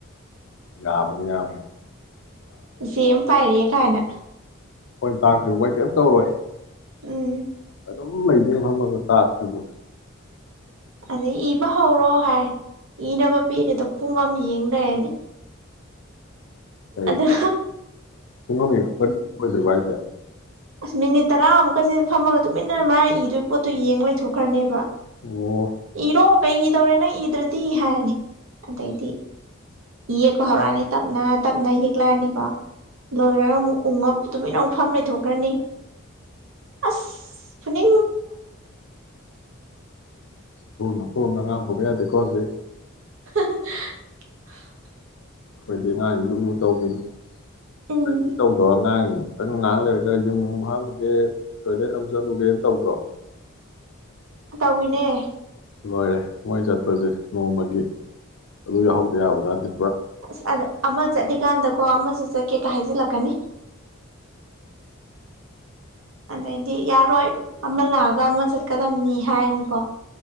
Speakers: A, on the left (about 65°); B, on the right (about 75°).
A: ꯌꯥꯕꯅꯤ ꯌꯥꯕ
B: ꯁꯤ ꯄꯔ ꯀꯥꯏꯅ
A: ꯃꯣꯏ ꯇꯥꯛꯇꯔꯤꯕ ꯃꯣꯏ ꯀꯔꯤꯝꯇ ꯇꯧꯔꯣꯏ
B: ꯎꯝ
A: ꯑꯗꯨꯝ ꯂꯩꯗꯤꯦ ꯃꯝꯃꯒ ꯇꯥꯇ꯭ꯕ
B: ꯑꯗꯩ ꯏꯕ ꯍꯧꯔꯣ ꯍꯥꯏ ꯏꯅꯕ ꯄꯤꯔꯤꯗ ꯄꯨꯡ ꯑꯃ ꯌꯦꯡ ꯂꯩꯔꯅꯤ
A: ꯀ
B: ꯑꯗꯨꯒ
A: ꯁꯨꯡꯉꯝ ꯌꯦꯡꯗ꯭ꯔꯤꯕ ꯍꯥꯏꯁꯦ
B: ꯑꯁ ꯃꯤꯅꯤꯠ ꯇꯔꯥꯃꯨꯛꯀꯁꯦ ꯐꯝꯃꯒ ꯇꯨꯃꯤꯟꯅ ꯃꯥꯥꯏ ꯏꯗꯣꯏ ꯄꯣꯠꯇꯣ ꯌꯦꯡꯉ ꯂꯩꯊꯣꯛꯈ꯭ꯔꯅꯦꯕ
A: ꯑꯣ
B: ꯏꯔꯣ ꯀꯩꯒꯤꯗꯧꯔꯦꯅ ꯏ꯭ꯔ ꯗꯤ ꯍꯥꯏꯔꯅꯤ ꯑꯗꯩꯗꯤ ꯌꯦꯛꯄ ꯍꯧꯔꯛꯑꯅꯤ ꯇꯞꯅ ꯇꯞꯅ ꯌꯦꯛꯂꯛꯑꯅꯤꯀꯣ ꯂꯣꯏꯔꯒ ꯑꯃꯨꯛ ꯎꯉꯞ ꯇꯨꯃꯤ ꯏꯟꯅ ꯐꯥꯝ ꯂꯩꯊꯣꯛꯈ꯭ꯔꯅꯤ ꯑꯁ ꯐꯨꯅꯤ
A: ꯄꯅ ꯄ ꯄꯨꯅ ꯉ ꯐꯒꯦ ꯗꯀꯣꯁꯦ
B: <unintelligible>
A: ꯑꯩꯈꯣꯏꯗꯤ ꯉꯥꯁꯤ ꯂꯨ ꯂꯨ ꯇꯧꯈꯤꯅꯤ
B: ꯎꯝ
A: ꯅꯗꯤ ꯇꯧꯗ ꯉ ꯈꯤꯇꯪ ꯉꯥꯏꯍꯥꯛ ꯂꯩꯔꯒ ꯌꯨꯝ ꯍꯥꯜꯂꯨꯒꯦ ꯇꯣꯏꯂꯦꯠ ꯂꯧ ꯆꯠꯂꯨꯒꯦꯅ ꯇꯧꯗ꯭ꯔꯣ
B: ꯇꯧꯏꯅꯦ
A: ꯂꯣꯏꯔꯦ ꯃꯣꯏ ꯆꯠꯄꯁꯦ ꯅꯣꯡꯃꯒꯤ ꯑꯗꯨ ꯌꯥꯎꯍꯧꯗ ꯌꯥꯕꯖꯗꯦ
B: ꯑꯁ ꯑꯃ ꯆꯠꯂꯤꯀꯥꯟꯗꯀꯣ ꯑꯃꯁꯨ ꯆꯠꯀꯦꯒ ꯍꯥꯏꯖꯤꯜꯂꯛꯀꯅꯤ ꯑꯗꯩꯗꯤ ꯌꯥꯔꯣꯏ ꯑꯃ ꯂꯥꯛꯑꯒ ꯑꯃ ꯆꯠꯀꯗꯝꯕꯅꯤ ꯍꯥꯏꯔꯅꯤꯀꯣ